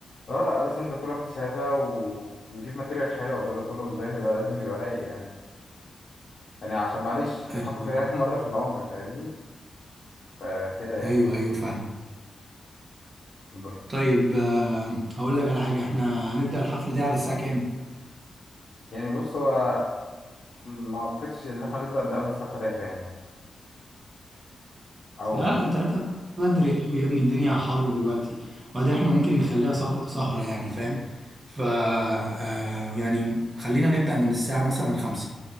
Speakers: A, on the left; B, on the right.
A: اه لا لازم لكل واحد شهادة ونجيب ماتيريال حلوة وكده كله والزين يبقى لازم يبقى رايق يعني يعني عشان معلش دي
B: آه،
A: حفلة تتعمل <laughs> مرة في العمر فاهمني فكده يعني
B: ايوه ايوه فاهم
A: ب-
B: طيب آه، هقول لك على حاجه احنا هنبدا الحفله دي على الساعه كام
A: يعني بص هو ما أعتقدش إن إحنا نبدأ من أول الساعة تلاتة يعني أو
B: لا تلاتة بدري قوي يا ابني الدنيا حر دلوقتي وبعدين احنا ممكن نخليها صف- سهرة يعني فاهم ف آه، يعني خلينا نبدأ من الساعة مثلا خمسة